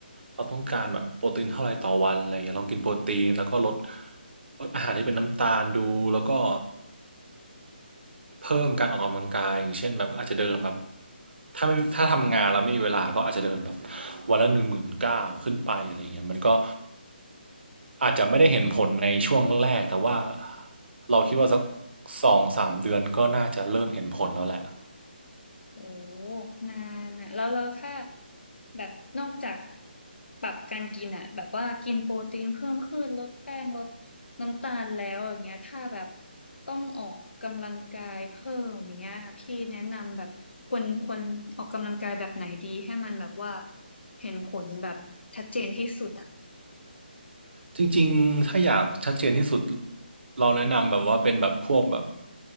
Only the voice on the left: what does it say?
โอ้นานอะแล้วแล้วถ้าแบบนอกจากปรับการกินอะแบบว่ากินโปรตีนเพิ่มขึ้นลดแป้งลดน้ำตาลแล้วอย่างเงี้ยถ้าแบบต้องออกกำลังกายเพิ่มอย่างเงี้ยพี่แนะนำแบบควรควรออกกำลังกายแบบไหนดีให้มันแบบว่าเห็นผลแบบชัดเจนที่สุดอะ